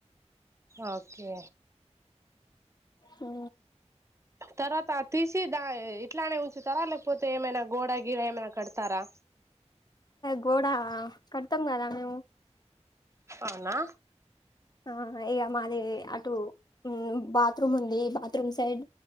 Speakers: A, on the right (about 25°); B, on the left (about 35°).
A: ఓకే
B: ఉ
A: తర్వాత అది తీసి దాయి ఇట్లనే ఉంచుతారా లేకపోతే ఏమైనా గోడ గీర ఏమైనా కడతారా
B: గోడ కట్టం కదా మేము
A: అవునా
B: ఆ ఇగ మాది అటు ఉ బాత్రూమ్ ఉంది బాత్రూమ్ సైడ్